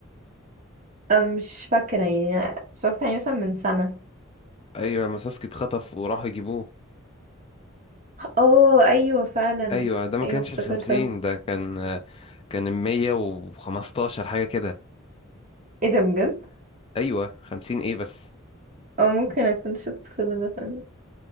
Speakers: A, on the right; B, on the left.
A: آه، مش فاكرة يعني اتفرجت عليه مثلا من سنة
B: ايوه ما ساسكي اتخطف وراحوا يجيبوه
A: اه ايوه فعلا
B: ايوه ده ما
A: ايوه
B: كانش
A: افتكرتها
B: الخمسين ده كان كان المية وخمستاشر حاجة كده
A: ايه ده بجد
B: ايوه خمسين ايه بس
A: اه ممكن اكون شفت كل ده فعلا